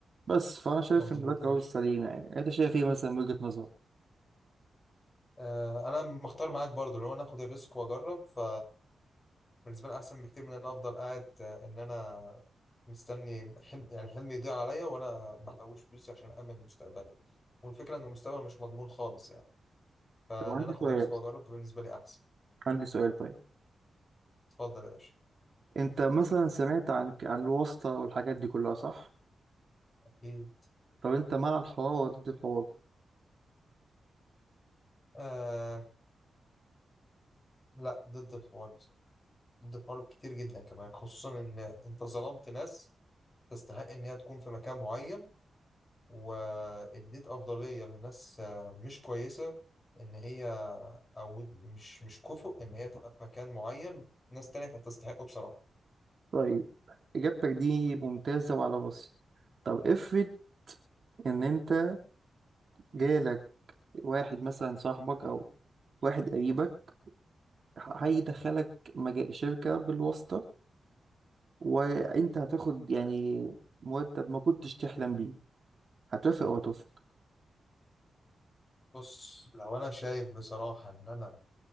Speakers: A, on the right; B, on the left.
A: بس فانا شايف
B: مظبوط
A: ان ده القرار
B: يا باشا
A: السليم يعني انت شايف ايه مثلا من وجهة نظرك
B: آه، انا مختار معاك برضو اللي هو ناخد الريسك واجرب ف بالنسبه لي احسن بكتير من ان انا افضل قاعد آه، ان انا مستني حلم يعني حلمي يضيع عليا وانا بحوش فلوسي عشان امن مستقبلي والفكره ان المستقبل مش مضمون خالص يعني فان
A: طب عندي
B: انا اخد
A: سؤال
B: الريسك واجرب ده بالنسبه لي احسن
A: عندي سؤال طيب
B: اتفضل يا باشا
A: انت مثلا سمعت عن عن الواسطة والحاجات دي كلها صح
B: ايه
A: طب انت مع الحوار ولا ضد الحوار
B: آه لا ضد الحوار بصراحه ضد الحوار كتير جدا كمان خصوصا ان انت ظلمت ناس تستحق ان هي تكون في مكان معين واديت افضليه لناس آه، مش كويسه ان هي او مش مش كفؤ ان هي تبقى في مكان معين ناس تانية كانت تستحقه بصراحه
A: طيب اجابتك دي ممتازة وعلى راسي طب افرض ان انت جالك واحد مثلا صاحبك او واحد قريبك هيدخلك مجا- شركة بالواسطة وانت هتاخد يعني مرتب ما كنتش تحلم بيه هتوافق ولا ترفض
B: بص لو انا شايف بصراحه ان انا